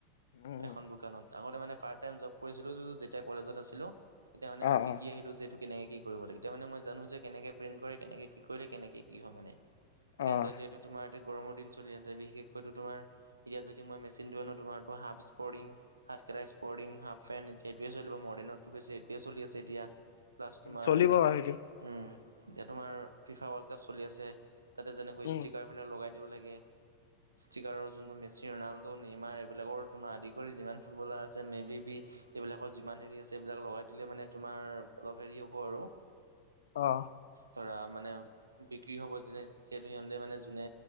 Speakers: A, on the left (about 60°); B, on the right (about 75°).
A: উম,
B: এখন দোকানত আগতে মানে পাৰ্ট টাইম জব কৰিছিলো যেতিয়া কলেজত আছিলো তেতিয়া মান
A: অ',
B: মই শিকি
A: অ',
B: আহিলো যে এইটো কেনেকে কি কৰিব লাগেতিয়া মানে মই জানো যে কেনেকে প্ৰেন্ট কৰে কেনেকে কি কৰিলে কেনেকে কি হয় মানে এতিয়া
A: অ',
B: যিহেতু তোমাৰ এতে গৰমৰ দিন চলি আছে বিশেষকৈো তোমাৰ এতিয়া যদি মই মেচিনটো আনো তোমাৰতো হাফ স্পৰিিং হাত কটা স্পৰ্িং হাফ পেণ্ট এতিয়া এইটোৱে চলিব মডাৰণতছে এইটোৱে চলি আছে এতিয়া প্লাছ তোমাৰ
A: চলিব
B: এতিয়া
A: বাৰু সেইটো
B: তোমাৰ ফিফা ৱৰ্ল্ড কাপ চলি আছে তাতে যেনেকৈ
A: উম,
B: ষ্টিকাৰ আপোনাক লগাই দিব লাগে ষ্টিকাৰৰ যোনটো মেচি ৰনাল্ডো নেমাৰ এইবিলাকৰ তোমাৰ আদি কৰি যিমান ফুটবলাৰ আছে মে' বি বি এইবিলাকৰ যিমান হেৰি আছে এইবিলাক লগাই দিলে মানে তোমাৰ অলপ হেৰি হ'ব আৰু
A: অ
B: ধৰা মানে বিক্ৰী হ'ব যেনে যিহেতু সিহঁতে মানে যোনে